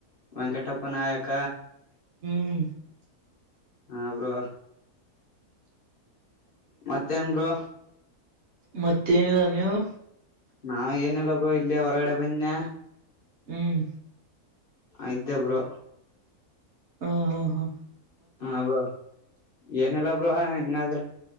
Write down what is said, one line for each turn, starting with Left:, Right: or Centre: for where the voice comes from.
Left: ವೆಂಕಟಪ್ಪ ನಾಯಕ.
Right: ಹ್ಮ್.
Left: ಹಾ ಬ್ರೋ ಮತ್ತೇನು ಬ್ರೋ
Right: ಮತ್ತೇನಿಲ್ಲ ನೀವು
Left: ನಾವ ಏನಿಲ್ಲ ಬ್ರೋ ಇಲ್ಲಿ ಹೊರಗಡೆ ಬಂದೆನಿ
Right: ಹ್ಮ್
Left: ಇದ್ದೆ ಬ್ರೋ
Right: ಹಾ ಹಾ ಹಾ
Left: ಹ ಬ್ರೋ ಏನೆಲ್ಲ ಬ್ರೋ ಹೆಂಗಾದ್ರ